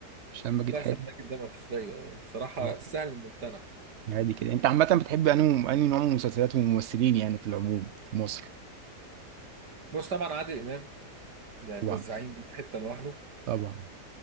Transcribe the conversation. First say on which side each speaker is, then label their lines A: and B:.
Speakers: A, on the right; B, on the right.
A: هشام ماجد
B: لا
A: حلو
B: سماك ده ما فيش زيه بصراحه
A: اه
B: سهل الممتنع
A: عادي كده انت عامة بتحب انهي انهي نوع من المسلسلات والممثلين يعني في العموم في مصر
B: بص طبعا عادل امام يعني
A: طبعا
B: ده الزعيم ده في حته لوحده
A: طبعا